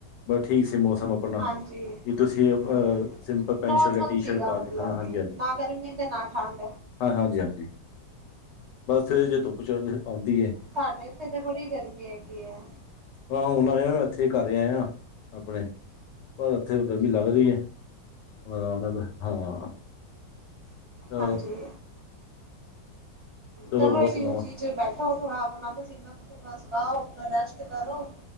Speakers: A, on the left; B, on the right.
A: ਬਸ ਠੀਕ ਸੀ ਮੌਸਮ ਅਪਣਾ
B: ਹਾਂਜੀ
A: ਵੀ ਤੁਸੀਂ ਅ
B: ਹੂੰ
A: ਸਿੰਪਲ ਪੈਂਟ
B: ਨੋਰਮਲ
A: ਸ਼ਰਟ ਯਾ ਟੀ-ਸ਼ਰਟ
B: ਸੀਗਾ
A: ਪਾ
B: ਮਤਲਬ
A: ਕੇ ਹਾਂ, ਹਾਂਜੀ
B: ਕਿ
A: ਹਾਂਜੀ।
B: ਨਾ ਗਰਮੀ ਤੇ ਨਾ ਠਾੰਡ।
A: ਹਾਂ, ਹਾਜੀ ਹਾਂਜੀ। ਬਸ ਏਜੇ ਧੁੱਪ ਚੜ ਆਂਦੀ ਏ।
B: ਸਾਡੇ ਇੱਥੇ ਤੇ ਬੜੀ ਗਰਮੀ ਹੈਗੀ ਐਂ।
A: ਹਾਂ, ਹੁਣ ਆਇਆ ਮੈਂ ਐਥੇ ਹੀ ਘਰੇ ਆਯਾ ਅਪਣੇ। ਪਰ ਓਥੇ ਓ ਗਰਮੀ ਲੱਗ ਰਹੀ ਐ। ਹੁਣ ਆਰਾਮ ਨਾਲ ਹਾਂ। ਚਲੋ
B: ਹਾਂਜੀ। ਚਲੋ
A: ਹੋਰ
B: ਏਸੀ
A: ਸੁਣਾਓ
B: ਉਸੀ ਚ ਬੈਠੋ। ਥੋੜਾ ਅਪਣਾ ਪਸੀਨਾ-ਪਸੂਨਾ ਸੁਕਾਓ, ਅਪਣਾ ਰੈਸਟ ਕਰੋ।